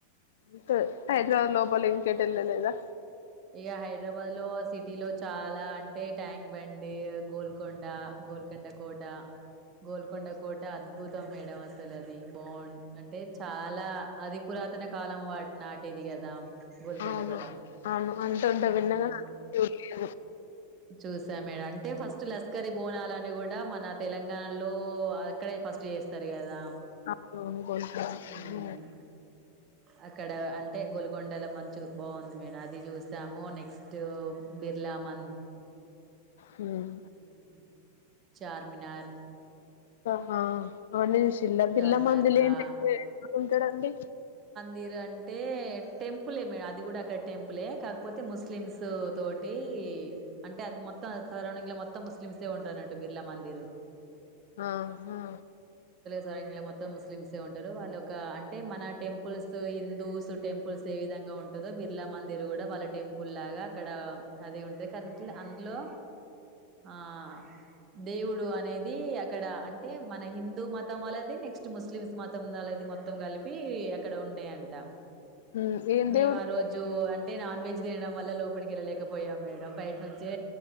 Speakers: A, on the left; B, on the right.
A: మితొ హైదరాబాద్ లోపల ఇంకేట్ ఎళ్ళలేదా
B: ఈ హైదరాబాద్ లో సిటీ లో చాలా అంటే ట్యాంక్ బండి గోల్కొండ గోల్కొండ కోట గోల్కొండ కోట అద్భుతం మేడం అస్సల్ అ ది బోన్ అంటే చాలా అది పురాతన కాలం వాట్ నాటిది గదా గోల్కొండ
A: అవును
B: కోట
A: అవును అంటుటే
B: ఉమ్
A: విన్నగద చూడు
B: చూసా మేడ అంటే ఫస్ట్ లస్కరి బోనాలని గుడా మన తెలంగాణలో అక్కడే ఫస్ట్ చేస్తార్ గదా
A: అవును గోల్కొండ
B: మ్మ్ అక్కడ ఆహ్ అంటే గోలు కొండల మంచు బాంది మేడ్ అది జూసాము నెక్స్ట్ బిర్లా మ
A: హ్మ్
B: హ్మ్. చార్మినార్
A: ఆహ్ అనీష్ చిల్ల పిల్ల
B: చార్మినార్.
A: మందులేంటే
B: ఆ!
A: యే ఉంటాడండి
B: దిర్ అంటే టెంపులే మేడ్ అది గుడా అక్కడ కాకపోతే ముస్లిమ్స్ తోటి అంటే అది మొత్తం సరౌండింగ్ లో మొత్తం ముస్లిమ్సే ఉంటన్నట్టు బిర్లా మందిర్
A: ఆహ్ హా
B: జయిగ్ మొత్తం ముస్లిమ్సే ఉంటరు వాళ్ళు ఒక అన్ టే మన టెంపుల్స్ హిందూస్ టెంపుల్స్ యే విధంగా ఉంటదో బిర్లా మందిర్ గూడా వాళ్ళ టెంపుల్ లాగా అక్కడ అది ఉంటది కాన్కిల్ అందులో ఆహ్ దేవుడు అనేది అక్కడ అంటే మన హిందూ మతం వాళ్ళది నెక్స్ట్ ముస్లింస్ మతం నోళ్ళది మొత్తం గలిపి గలిప్ ప్పి అక్కడ ఉండేయంట
A: ఉమ్ ఏం
B: మేము
A: దేవుడు
B: ఆ రోజు అంటే నాన్ వెెజ్ తినడం వల్ల లోపలికి వెళ్ళలేకపోయాం మేడం బయట నుంచే